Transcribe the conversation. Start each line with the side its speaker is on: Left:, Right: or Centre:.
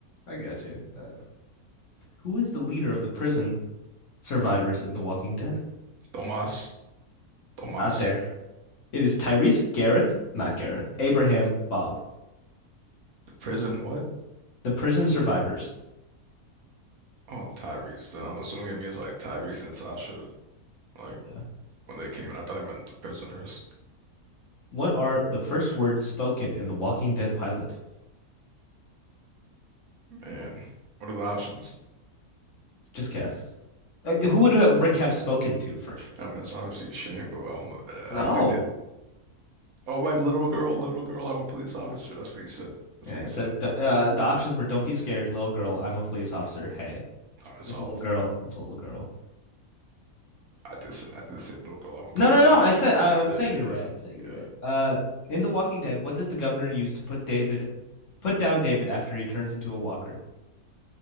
Left: I got you. Uh, who is the leader of the prison survivors in The Walking Dead?
Right: Tomas Tomas
Left: Not there. It is Tyrese Garrett, not Gareth, Abraham Bob,
Right: the prison what
Left: the prison survivors.
Right: oh Tyrese then I'm assuming it means like Tyrese and Sasha like
Left: Yeah.
Right: when they came in I thought I meant the prisoners
Left: What are the first words spoken in The Walking Dead pilot?
Right: man what are the options
Left: Just guess. Uh, who would have Rick have spoken to first?
Right: I mean, it's obviously a shame, but I don't know. I
Left: No.
Right: think that, oh, right, little girl, little girl, I'm a police officer. That's what he said. That's
Left: Yeah,
Right: what he
Left: it
Right: said.
Left: says uh, the options were "Don't be scared, little girl. I'm a police officer. Hey,
Right: I mean, it's
Left: it's
Right: all
Left: a little
Right: of
Left: girl.
Right: them.
Left: It's a little girl."
Right: I did say, I did say, little girl, I'm a
Left: No,
Right: police
Left: no, no.
Right: officer.
Left: I said I'm
Right: Yeah,
Left: saying
Right: yeah,
Left: you're right. I'm saying you're
Right: yeah.
Left: right.
Right: yeah.
Left: Uh, in The Walking Dead, what does the governor use to put David, put down David after he turns into a walker?